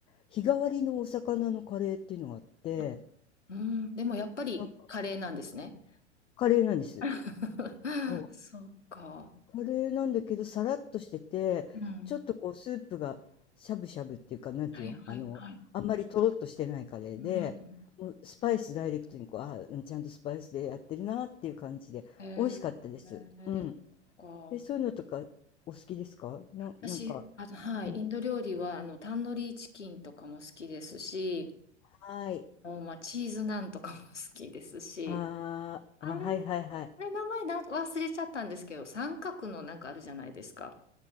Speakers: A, on the left; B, on the left.
A: 日替わりのお魚のカレーっていうのがあって、
B: あうん、でもやっぱりカレーなんですね。
A: なんかカレーなんです。
B: <laughs>
A: そう。
B: そうか。
A: カレーなんだけど、さらっとしてて、
B: うん。
A: ちょっとこうスープがしゃぶしゃぶっていうか、なんていうの、
B: はい、はい、
A: あの、
B: はい。
A: あんまりとろっとしてないカレーで、
B: うん。
A: もうスパイスダイレクトにこう、あ、うんちゃんとスパイスでやってるなっていう感じで、
B: えー、
A: 美味しかったです。
B: えー、
A: うん。
B: そっか。
A: え、そういうのとかお好きですかな、
B: 私、
A: なんか、
B: あの、はい、
A: うん。
B: インド料理は、あの、タンドリーチキンとかも好きですし、
A: はい。
B: もうまあ、チーズナンとかも好きですし、
A: あーあ、
B: あれ、
A: はいはいはい。
B: あれ、名前な、忘れちゃったんですけど、三角のなんかあるじゃないですか。